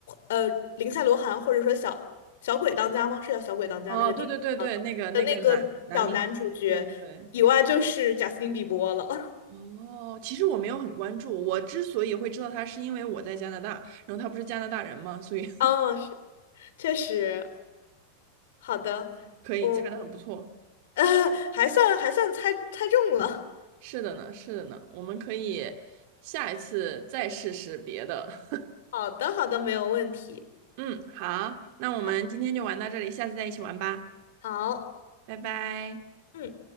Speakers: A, on the left; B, on the right.
A: 呃林赛罗韩或者说小小鬼当家吗？是叫小鬼当家那个电
B: 哦，对对对对，那个那个男男明星，
A: 的那个小男主角以外，
B: 对对对。
A: 就是贾斯汀比伯了。<laughs>
B: 哦，其实我没有很关注，我之所以会知道他，是因为我在加拿大，然后他不是加拿大人嘛，所以
A: 嗯，是，确实，好的，
B: <laughs> 可以猜的很不错。
A: 我呃 <laughs> 还算还算猜猜中了。
B: 是的呢，是的呢，我们可以下一次再试试别的。<laughs>
A: <laughs> 好的，好的，没有问题。
B: 嗯，好，那我们今天就玩到这里，
A: 好，
B: 下次再一起玩吧，
A: 好，
B: 拜拜。
A: 嗯。